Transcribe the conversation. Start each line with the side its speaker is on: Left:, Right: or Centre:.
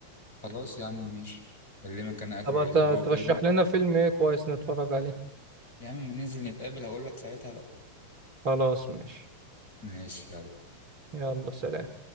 Left: خلاص يا عم ماشي أكلمك أنا آخر
Right: طب هت-
Left: الأسبوع
Right: ترشح
Left: كده
Right: لنا فيلم ايه كويس نتفرج عليه
Left: يا عم ما ننزل نتقابل هقولك ساعتها بقى
Right: خلاص ماشي
Left: ماشي يلا
Right: يلا سلام